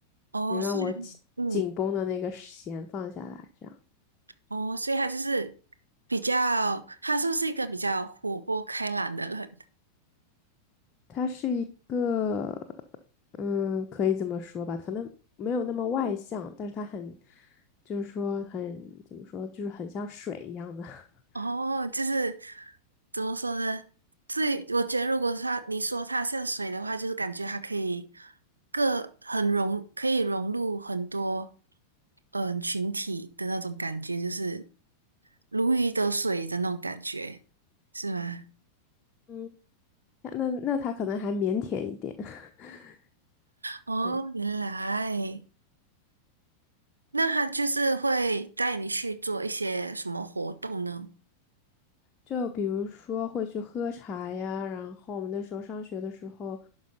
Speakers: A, on the right (about 75°); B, on the left (about 30°).
A: 哦，
B: 能让我紧紧绷的那个弦放下来，
A: 是，嗯，
B: 这样。
A: 哦，所以他就是比较，他是不是一个比较活泼开朗的人？
B: 他是一个，嗯，可以这么说吧，可能没有那么外向，但是他很，就是说很，怎么说，就是很像水一样的。<laughs>
A: 哦，就是怎么说呢？最我觉得，如果它你说它像水的话，就是感觉它可以各很融，可以融入很多嗯、呃群体的那种感觉，就是如鱼得水的那种感觉，是吗？
B: 嗯，那那那他可能还腼腆一点。<laughs>
A: 哦，
B: 对，
A: 原来那它就是会带你去做一些什么活动呢？
B: 就比如说会去喝茶呀，然后我们那时候上学的时候，